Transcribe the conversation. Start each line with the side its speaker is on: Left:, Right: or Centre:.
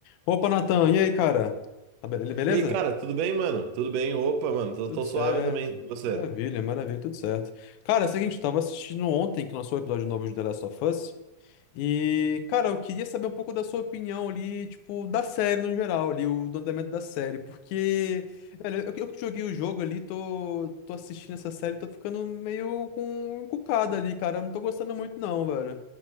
Left: Opa, Natan, e aí, cara? Tá be- beleza?
Right: E aí, cara, tudo bem, mano? Tudo bem? Opa, mano, tô,
Left: Tudo
Right: tô
Left: certo.
Right: suave também. E você?
Left: Maravilha, maravilha, tudo certo. Cara, é o seguinte, eu tava assistindo ontem que lançou o episódio novo de The Last of Us. E, cara, eu queria saber um pouco da sua opinião ali, tipo, da série no geral, ali, o do andamento da série. Porque, velho, eu, eu que joguei o jogo ali, tô, tô assistindo essa série, tô ficando meio com encucada ali, cara. Eu Não tô gostando muito, não, velho.